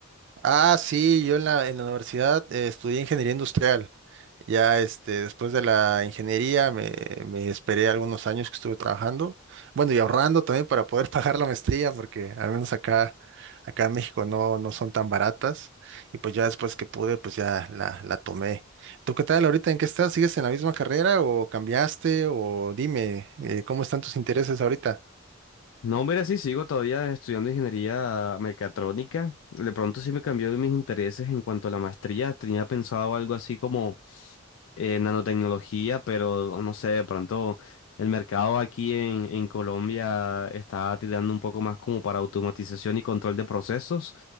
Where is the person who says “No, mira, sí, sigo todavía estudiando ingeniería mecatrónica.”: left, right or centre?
Left